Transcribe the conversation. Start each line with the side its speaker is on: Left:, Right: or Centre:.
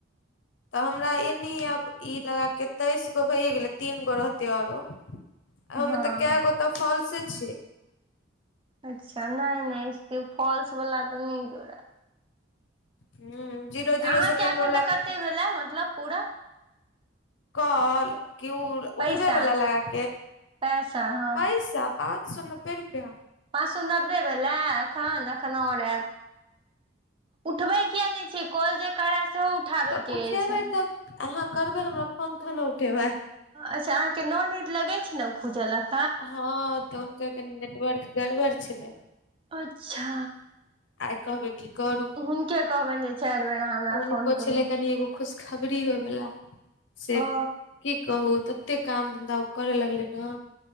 Left: तऽ हमरा एनी आब ई लगा कऽ तेइस गो भैए गेलै तीन गो रहतै आरो आ
Right: हँ
Left: मे ऽ कै गो तऽ फॉलस छै
Right: अच्छा नहि नहि से फॉल्स वाला तऽ नहि जोड़त
Left: हू जीरो
Right: तऽ
Left: जीरो
Right: अहाँके
Left: सेकेंड
Right: एखन
Left: वाला
Right: तऽ कतेक
Left: के
Right: भेलै मतलब पूरा
Left: कॉल कि उठबे
Right: पैसा
Left: बला लगाक
Right: पैसा हँ
Left: पैसा पाॅंच सए नब्बे रुपआ
Right: पाँच सो नब्बे भेला एखन एखन ओर हैत उठबे किया नहि छिय कल जे करए सेहो उठाबे
Left: तऽ
Right: के
Left: उठेबै
Right: अछि
Left: तऽ अहाँ करबै हमरा फोन तऽ ने उठेबै
Right: अच्छा अहाँके ननईद लगै छै ने खूजलक
Left: हँ तऽ हुनकर कनि नेटवर्क गड़बड़ छलै
Right: अच्छा
Left: आइ कहबै की करू
Right: हुनके कहबनि जे चारि बेर अहाँ हमरा
Left: उनको
Right: फोन करू
Left: छलै कनि एगो खुशखबरी होयवाला से
Right: ओ
Left: की कहू तऽ कते काम धन्धा ओ करे लगले ने